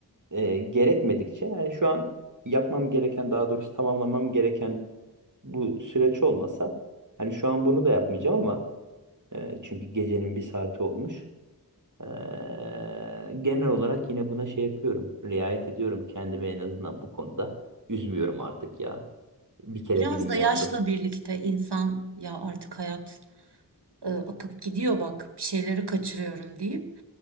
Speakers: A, on the right; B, on the right.
A: e, gerekmedikçe yani şu an yapmam gereken daha doğrusu tamamlamam gereken bu süreç olmasa hani şu an bunu da yapmayacağım ama e, çünkü gecenin bir saati olmuş. Eee, genel olarak yine buna şey yapıyorum. Riayet ediyorum kendimi en azından bu konuda. Üzmüyorum artık ya. Bir kere
B: Biraz
A: dilim
B: da
A: yandı.
B: yaşla birlikte insan ya artık hayat e, akıp gidiyor bak bir şeyleri kaçırıyorum deyip